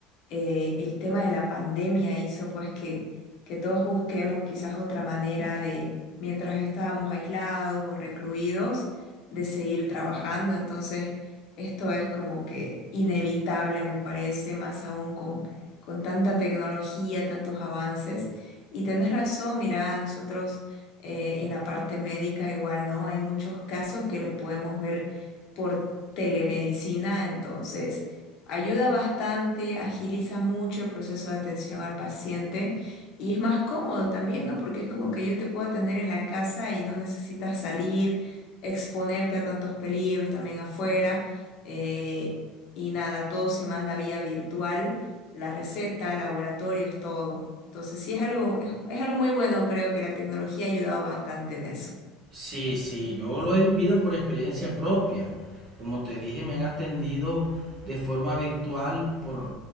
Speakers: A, on the left (about 50°); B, on the right (about 30°).
A: eh, el tema de la pandemia hizo pues que, que todos busquemos quizás otra manera de, mientras estábamos aislados o recluidos, de seguir trabajando. Entonces, esto es como que inevitable, me parece, más aún con, con tanta tecnología, tantos avances. Y tenés razón, mira, nosotros eh, en la parte médica igual, ¿no? Hay muchos casos que los podemos ver por telemedicina, entonces... Ayuda bastante, agiliza mucho el proceso de atención al paciente y es más cómodo también, ¿no? Porque es como que yo te puedo atender en la casa y no necesitas salir, exponerte a tantos peligros también afuera. eh, y nada, todo se manda vía virtual, la receta, laboratorios, todo. Entonces sí es algo, es es algo muy bueno, creo que la tecnología ha ayudado bastante en eso.
B: Sí, sí, yo lo he vivido por experiencia propia. Como te dije, me han atendido de forma virtual por